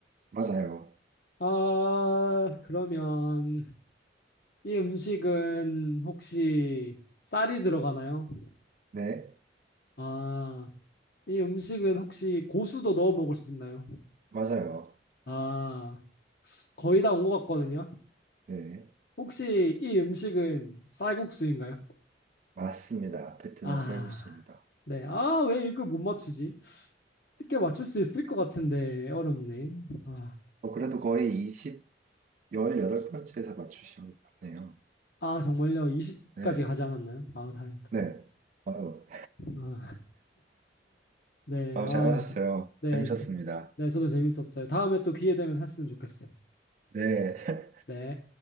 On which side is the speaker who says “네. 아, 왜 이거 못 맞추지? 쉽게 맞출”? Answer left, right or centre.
Left